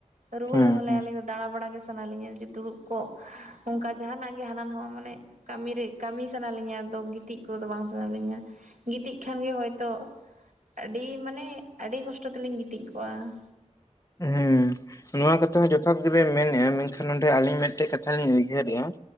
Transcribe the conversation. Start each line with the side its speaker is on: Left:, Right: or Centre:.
Right: ᱨᱩᱣᱟᱹᱜ
Left: ᱦᱮᱸ
Right: ᱨᱮᱦᱚᱸ ᱞᱮ
Left: ᱦᱮᱸ
Right: ᱟᱞᱮ ᱫᱚ ᱫᱟᱬᱟ ᱵᱟᱲᱟ ᱜᱮ ᱥᱟᱱᱟ ᱞᱤᱧᱟ ᱡᱮ ᱫᱩᱲᱩᱵ ᱠᱚᱜ, ᱚᱱᱠᱟ ᱡᱟᱦᱟᱸᱱᱟᱜ ᱜᱮ ᱦᱟᱱᱟ ᱱᱟᱣᱟ ᱢᱟᱱᱮ ᱠᱟᱹᱢᱤ ᱨᱮ ᱠᱟᱹᱢᱤ ᱥᱟᱱᱟ ᱞᱤᱧᱟ ᱟᱫᱚ ᱜᱤᱛᱤᱡ ᱠᱚᱜ ᱫᱚ ᱵᱟᱝ ᱥᱟᱱᱟ ᱞᱤᱧᱟ, ᱜᱤᱛᱤᱡ ᱠᱷᱟᱱ ᱜᱮ ᱦᱚᱭᱛᱳ ᱟᱹᱰᱤ ᱢᱟᱱᱮ ᱟᱹᱰᱤ ᱠᱚᱥᱴᱚ ᱛᱮᱞᱤᱧ ᱜᱤᱛᱤᱡ ᱠᱚᱜ-ᱟ ᱾
Left: ᱦᱮᱸ ᱱᱚᱣᱟ ᱠᱟᱛᱷᱟ ᱦᱚᱸ ᱡᱚᱛᱷᱟᱛ ᱜᱮᱵᱮᱱ ᱢᱮᱱᱮᱫ-ᱟ, ᱢᱮᱱᱠᱷᱟᱱ ᱱᱚᱸᱰᱮ ᱟᱹᱞᱤᱧ ᱢᱤᱫᱴᱮᱡ ᱠᱟᱛᱷᱟ ᱞᱤᱧ ᱩᱭᱦᱟᱹᱨᱮᱜ-ᱟ ᱾